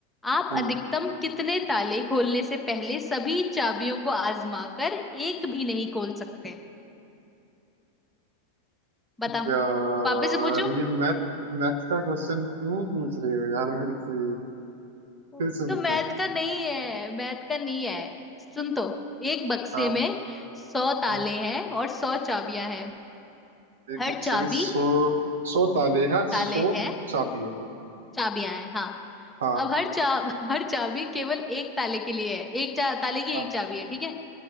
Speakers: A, in the centre; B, on the right.
A: आप
B: हम्म,
A: अधिकतम कितने ताले खोलने से पहले सभी चाबियों को आजमा कर एक भी नहीं खोल सकते बताओ
B: यार
A: पापे से पूछो
B: ये मैथ मैथ का क्वेश्चन क्यों पूछ रहे हो यार मेरे से
A: तो
B: फिर से पूछो
A: मैथ का नहीं है मैथ का नहीं है सुन तो एक बक्से
B: हाँ
A: में सौ ताले
B: हाँ
A: हैं और सौ चाबियां हैं
B: एक
A: हर
B: बक्से
A: चाबी
B: में सो सो ताले हैं
A: ताले
B: सो
A: हैं
B: चाबी है
A: चाबियां हैं हाँ
B: हाँ
A: अब हर चा <laughs> हर चाबी केवल एक ताले के लिए है एक चा, ताले की
B: हाँ
A: एक चाबी है ठीक है